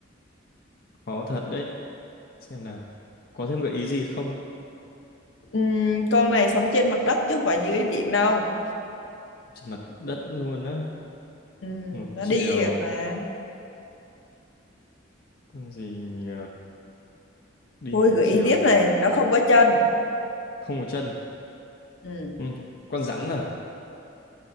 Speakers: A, on the left; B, on the left.
A: khó thật đấy. Xem nào, có thêm gợi ý gì không?
B: Ừm, con này sống trên mặt đất chứ không phải dưới biển đâu
A: Trên mặt đất luôn á.
B: Ừm,
A: ngược
B: nó
A: chiều
B: đi được mà
A: con gì nhỉ đi
B: thôi
A: ngược
B: gợi
A: chiều
B: ý tiếp này nó không có chân
A: không có chân
B: Ừm,
A: ừ. con rắn à